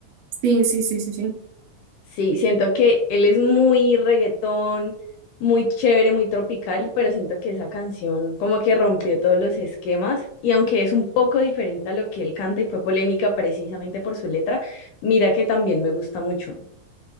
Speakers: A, on the right (about 75°); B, on the left (about 80°).
A: Sí, sí, sí, sí, sí.
B: Sí, siento que él es muy reggaetón, muy chévere, muy tropical, pero siento que esa canción como que rompió todos los esquemas y aunque es un poco diferente a lo que él canta y fue polémica precisamente por su letra, mira que también me gusta mucho.